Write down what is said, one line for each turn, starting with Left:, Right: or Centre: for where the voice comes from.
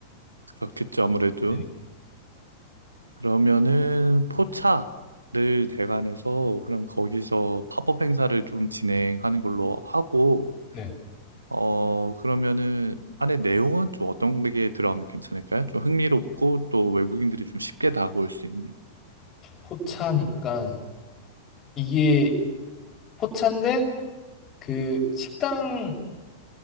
Right: 그렇겠죠, 아무래도.
Left: 네.
Right: 그러면은 포차를 대관해서 그럼 거기서 팝업 행사를 좀 진행하는 걸로 하고
Left: 네.
Right: 어, 그러면은 안에 내용은 좀 어떤 게 들어가면 괜찮을까요? 좀 흥미롭고 또 외국인들이 좀 쉽게 다가올 수 있는.
Left: 포차니까 이게 포차인데 그 식당